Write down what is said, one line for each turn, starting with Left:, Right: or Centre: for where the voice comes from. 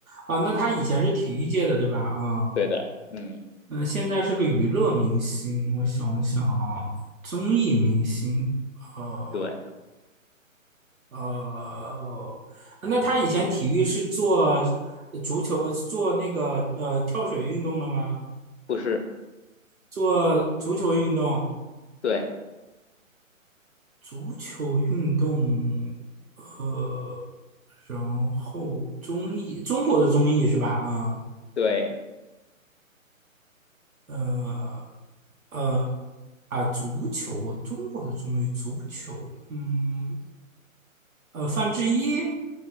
Right: 啊，那他以前是体育界的对吧？啊，
Left: 对的，嗯，
Right: 嗯，现在是个娱乐明星，我想想啊，综艺明星，呃
Left: 对，
Right: 呃，那他以前体育是做足球，做那个呃跳水运动的吗？
Left: 不是，
Right: 做足球运动
Left: 对，
Right: 足球运动，呃，然后综艺，中国的综艺是吧？啊、
Left: 对，
Right: 呃，呃，啊，足球，中国的综艺，足球，嗯，呃，范志毅